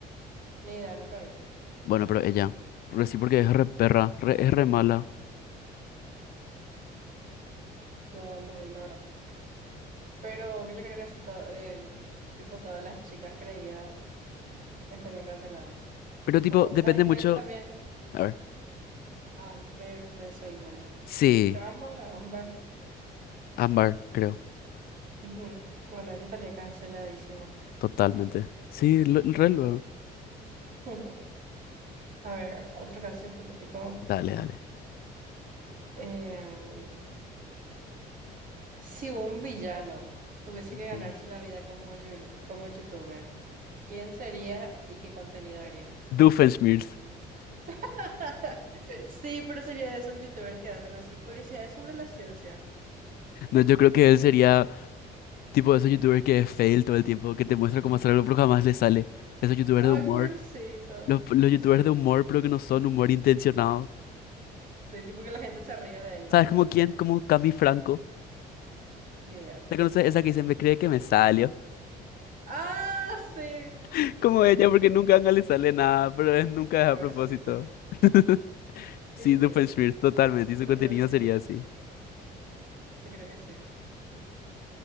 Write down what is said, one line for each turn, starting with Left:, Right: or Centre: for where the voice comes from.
Right: Ni idea, nunca vi.
Left: Bueno, pero ella. Pero sí, porque es re perra, re- es re mala.
Right: No, no vi, la verdad. Pero yo creo que así todo, eh, tipo, todas las chicas creídas. estarían canceladas.
Left: Pero
Right: Tipo,
Left: tipo, depende
Right: ¿sabes quién
Left: mucho.
Right: también?
Left: A ver.
Right: Amber de Soy Luna.
Left: Sí,
Right: Amber, Amber.
Left: Ámbar, creo.
Right: Ujú. Bueno, ella estaría canceladísima.
Left: Totalmente. Sí, lo, re luego.
Right: <laughs> A ver, otro caso hipotético.
Left: Dale, dale.
Right: Em, si un villano tuviese
Left: Mm.
Right: que ganarse la vida como, yu- como youtuber, ¿quién sería y qué contenido haría?
Left: Doofenshmirtz.
Right: <laughs> Sí, pero sería de esos youtubers que hacen así curiosidades sobre la ciencia.
Left: No, yo creo que él sería tipo de esos youtubers que es fail todo el tiempo, que te muestra cómo hacer algo pero jamás le sale. Esos youtubers
Right: Ay,
Left: de humor.
Right: pobrecito.
Left: Los, los youtubers
Right: Sí.
Left: de humor, pero que no son humor intencionado.
Right: De tipo que la gente se ríe de él, no
Left: ¿Sabes
Right: con
Left: como
Right: él.
Left: quién? Como Cami Franco.
Right: Ni idea.
Left: ¿Te conoces? Esa que dice, me cree que me salió.
Right: ¡Ah, sí!
Left: <laughs> Como
Right: Sí,
Left: ella, porque nunca a le sale nada, pero es nunca
Right: pobrecita.
Left: es a propósito. <laughs> Sí,
Right: Y sí,
Left: Doofenshmirtz, totalmente.
Right: The
Left: Y su contenido
Right: French Beans.
Left: sería así.
Right: Yo creo que sí.